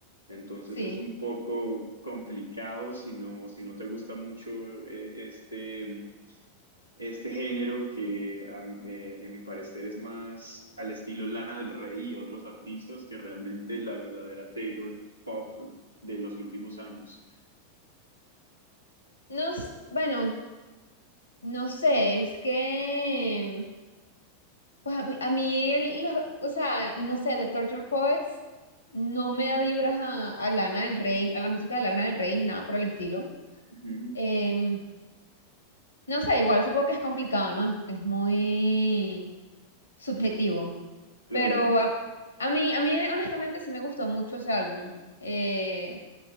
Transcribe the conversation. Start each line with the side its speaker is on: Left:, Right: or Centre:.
Right: Entonces
Left: sí.
Right: es un poco complicado si no, si no te gusta mucho eh, este mm, este género que a- m- eh, en mi parecer es más al estilo Lana del Rey y otros artistas que realmente la verdadera Taylor Pop de los últimos años.
Left: No, s- bueno, no sé, es que, pues a mí, a mí el- lo- o sea, no sé, The Torture Poets no me da vibras a, a Lana del Rey, a la música de Lana del Rey, ni nada por el estilo.
Right: Ujú,
Left: Em, no sé, igual supongo que es complicado, ¿no? Es muy subjetivo.
Right: claro,
Left: Pero a, a mí, a mí eh, honestamente sí me gustó mucho ese álbum. Eh,